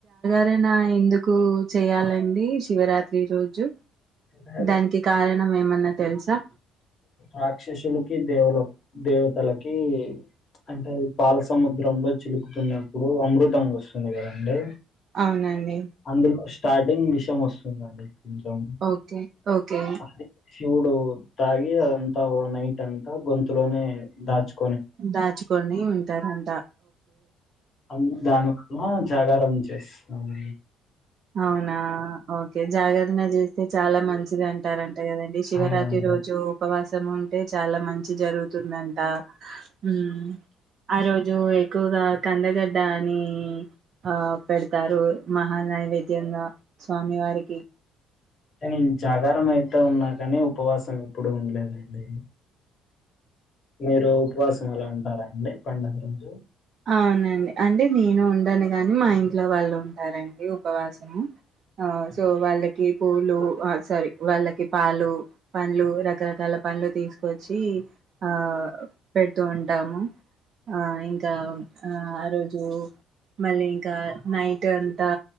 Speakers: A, on the right; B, on the left.
A: జాగరణ ఎందుకు చేయాలన్ <unintelligible> శివరాత్రి రోజు
B: అంటే అది
A: దానికి కారణం ఏమన అన్న తెల్సా
B: రాక్షసులకి దేవలోక్ దేవతలకి కి ప్చ్ అంటే అది పాల సముద్రంలో చిలుకుతున్నప్పుడు అమృతం వస్తుంది కదండి.
A: అవునండి
B: అందులో స్టార్టింగ్ విషయం వస్తుందండి కొంచెం
A: ఓకే ఓకే
B: అది శివుడు తాగి అంతా ఒక నైట్ అంతా గొంతులోనే దాచుక
A: దాచుకోని నంటా
B: అ దాన్ వాల్నా జాగారం చేస్తామ్
A: అవునా ఓకే జాగరణ చేస్తే చాలా మంచిది అంటారండి అంట కదండి శివరాత్రి
B: అవునండి.
A: రోజు ఉపవాస ఉంటే చాలా మంచి జరుగుతుందంట ఊ ఆ రోజు ఏక్ ఎక్కువగా కందగడ్డ అని ఆ పెడతారు మహానంది మధ్యంగా స్వామి వారికి
B: అని జాగారం అయితే ఉన్నా కాని ఉపవాసం ఎప్పుడు ఉండలేదండి మీరు ఉపవాసం అలా ఉంటారా అండి పండగ రోజు.
A: అవునండి అంటే నేను ఉండను గాని మా ఇంట్లో వాళ్ళు ఉంటారండి ఉపవాసము, ఆ సో వాళ్ళకి పూలు ఆ సారీ వాళ్ళకి పాలు, పండ్లు రకరకాల పండ్లు తీసుకొచ్చీ ఆ పెడుతూ ఉం టాము. ఆ ఇం ఆ ఆ రోజు మళ్ళీ ఇంకా నైట్ అంతా